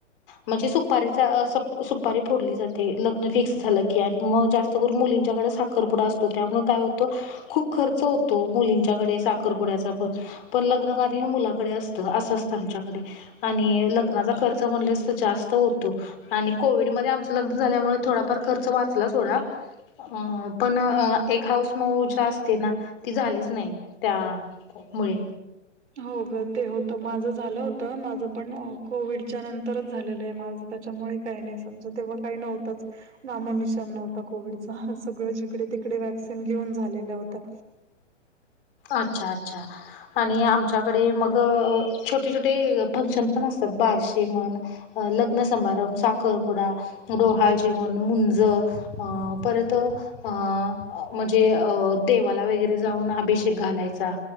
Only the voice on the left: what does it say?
म्हणजे सुपारीचा अ सप सुपारी फोडली जाते लग्न फिक्स झालं की आणि मग जास्त अ करून मुलींच्याकडे साखरपुडा असतो त्यामुळ काय होतं खूप खर्च होतो मुलींच्याकडे साखरपुड्याचा पणं, पण लग्न कार्य हे मुला कडे कडे असंत असं असतं आमच्याकडे आणि लग्नाचा खर्च म्हणलस तर जास्त त होतो आणि कोविड मध्ये आमच लग्नं झाल्यामुळें थोडाफार खर्च वाचला थोडा अ पण एक हाऊस मौज असते ना ती झालीच नाही त्या होय
अच्छा अच्छा आणि आमच्याकडे मग छोटे छोटे फंक्शन पण असतात बारशी म्हणुन अ लग्नसभारंभ साखरपुडा डोहाळे जेवण मुंज अ परत अ अं म्हणजे अ देवाला वगैरे जाऊन अभिषेक घालायचा.